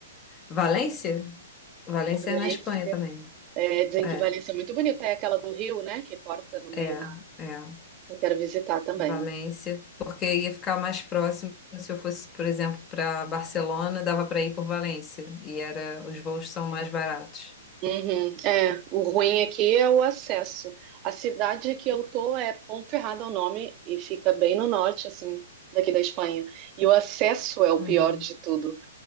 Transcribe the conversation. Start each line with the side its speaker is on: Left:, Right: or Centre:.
Left: Valência? Valência
Right: Valência.
Left: é na Espanha também, né?
Right: É, dizem
Left: É,
Right: que Valência é muito bonita, é aquela do rio, né? Que corta no meio
Left: é,
Right: da.
Left: é.
Right: Eu quero visitar também.
Left: Valência, porque ia ficar mais próximo se eu fosse, por exemplo, para Barcelona, dava para ir por Valência e era os voos são mais baratos.
Right: Uhum, É, o ruim aqui é o acesso. A cidade que eu tô é Ponferrada é o nome e fica bem no norte, assim, daqui da Espanha. E o acesso é o
Left: Uhum.
Right: pior de tudo.